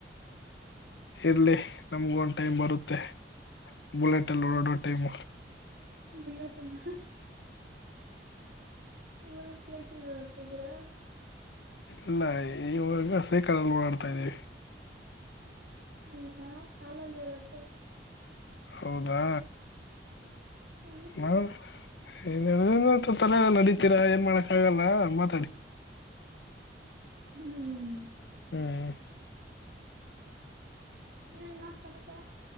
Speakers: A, on the left; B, on the right.
A: ಇರ್ಲಿ ನಮಗ ಒಂದ್ ಟೈಮ್ ಬರುತ್ತೆ ಬುಲೆಟ್ ಅಲ್ಲಿ ಓಡಾಡೋ
B: ಏನ್
A: ಟೈಮ್
B: ಬುಲೆಟ್ ಅಲ್ಲಿ ಹಾ ಇವಾಗ <unintelligible> ಓಡ್ತಾದ್ದೀರಾ
A: ಇಲ್ಲ ಇವಾಗ ಸೇಕಾಲಲ್ಲಿ ಓಡಾಡ್ತಾ ಇದೀವಿ
B: ಹ್ಮ್ ನಾವು ಕಾಲಲ್ಲಿ ಓಡಾಡ್ವಿ
A: ಹೌದಾ
B: ಇದ್ದೀರಾ ಹೌದು
A: ನಾ <unintelligible> ತಲೆ ನಡಿತೀರಾ ಏನ್ ಮಾಡಕ್ ಆಗಲ್ಲ ಮಾತಾಡಿ
B: ಹ್ಮ್
A: ಹ್ಮ್
B: ಇನ್ ಏನ್ ನಾ ಸಮಚಾರ